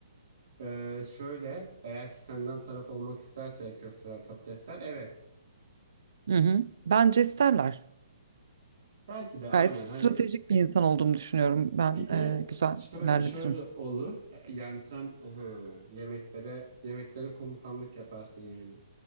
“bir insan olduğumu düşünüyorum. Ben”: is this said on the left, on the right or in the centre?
Right